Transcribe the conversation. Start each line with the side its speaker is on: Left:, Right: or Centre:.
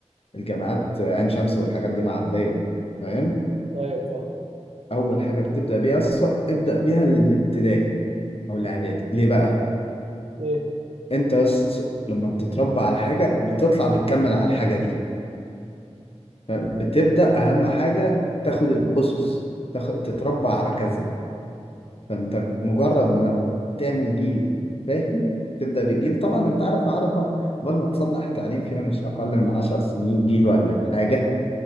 Left: الجامعات عين شمس والحاجات دي معدية فاهم
Right: ايوه فاهم
Left: أول حاجة بتبدأ بيها يا اسطى ابدأ بيها الابتدائي أو الإعدادي ليه بقى؟
Right: ايه
Left: انت يا اسطى لما بتتربى على حاجة بتطلع بتكمل على الحاجة دي فبتبدأ أهم حاجة تاخد الأسس تاخد تتربى على كذا فانت مجرد ما تعمل جيل فاهم تبدا بجيل طبعا انت عارف عرفه قبل ما تصلح تعليم فيها مش اقل من 10 سنين جيل ولا حاجه